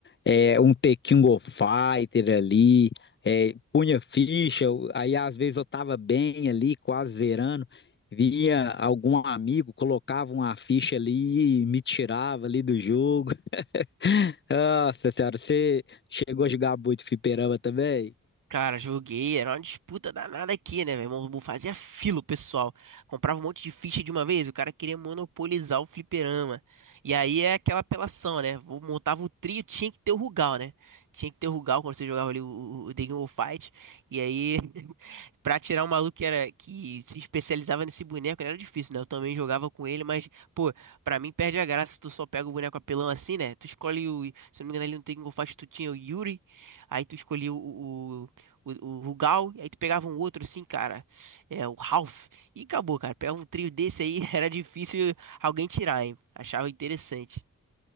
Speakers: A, on the left; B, on the right.
A: É, um The King of Fighter ali, é, punha ficha, eu- aí às vezes eu tava bem ali, quase zerando, vinha algum amigo, colocava uma ficha ali e me tirava ali do jogo. <laughs> Nossa senhora, você chegou a jogar muito fliperama também?
B: Cara, joguei, era uma disputa danada aqui, né, meu irmão? Não Fazia fila o pessoal. Comprava um monte de ficha de uma vez, o cara queria monopolizar o fliperama. E aí é aquela apelação, né? Vou- Montava o trio, tinha que ter o Rugal, né? Tinha que ter o Rugal quando você jogava ali o, o o The King of Fight. E aí, <laughs> pra tirar um maluco que, era, que se especializava nesse boneco, né, era difícil, né? Eu também jogava com ele, mas, pô, pra mim perde a graça se tu só pega o boneco apelão assim, né? Tu escolhe o. Se eu não me engano, ali no The King of Fight tu tinha o Yuri, aí tu escolhia o, o o, o Rugal, e aí tu pegava um outro assim, cara, é, o Ralph, e acabou, cara. Pegava um trio desse aí, <laughs> era difícil alguém tirar, hein? Achava interessante.